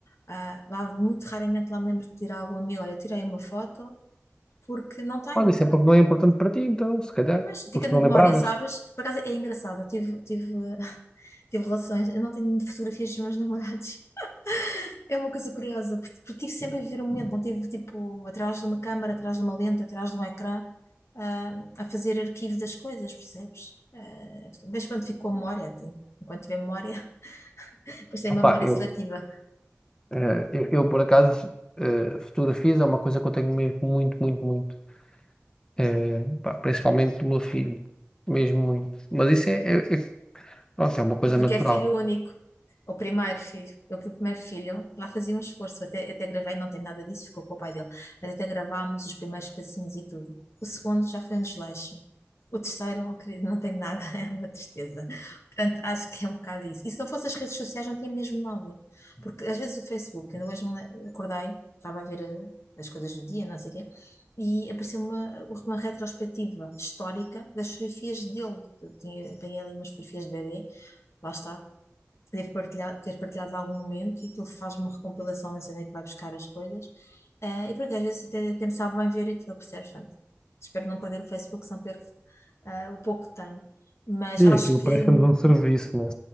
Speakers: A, on the left; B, on the left.
A: Ah, lá, muito raramente lá me lembro de tirar algum amigo. Olha, tirei uma foto porque não tenho.
B: olha, isso é porque não é importante para ti, então, se calhar,
A: Mas fica
B: porque
A: na
B: se não
A: memória,
B: lembravas.
A: sabes? Por acaso é engraçado. Eu tive, tive Tive relações, eu não tenho fotografias dos meus namorados. <laughs> É uma coisa curiosa, porque, porque tive sempre a viver um momento, não tive tipo atrás de uma câmara, atrás de uma lente, atrás de um ecrã, ah, a fazer arquivo das coisas, percebes? Ah, mas pronto, fico com a memória, tem- enquanto tiver memória, <laughs> depois tem
B: Opá,
A: uma memória
B: eu,
A: seletiva.
B: Eh, eu, eu, por acaso, eh, fotografias é uma coisa que eu tenho mesmo muito, muito, muito. Eh, pá, principalmente do meu filho. Mesmo muito. Mas isso é, é, é- pronto, é uma coisa
A: porque
B: natural.
A: é filho único, É o primeiro filho. Eu fui o primeiro filho, lá fazia um esforço, até, até gravei, não tem nada disso, ficou com o pai dele, mas até gravámos os primeiros passinhos e tudo. O segundo já foi um desleixo. O terceiro, oh, querido, não tem nada, <laughs> é uma tristeza. Portanto, acho que é um bocado isso. E se não fossem as redes sociais, não tinha mesmo nada. Porque às vezes o Facebook, ainda hoje me le- acordei, estava a ver eh, as coisas do dia, não sei o quê, e apareceu uma, uma retrospectiva histórica das fotografias dele. Eu tinha, apanhei ali umas fotografias de bebê lá está, devo partilhar, ter partilhado algum momento e que ele faz uma recompilação da cena que vai buscar as coisas. Eh, e porque às vezes até, até me sabe bem ver aquilo, percebes? Portanto, espero não perder o Facebook, senão perco ah, o pouco que tenho. Mas
B: E
A: acho
B: aquilo
A: que,
B: presta-nos um serviço, né?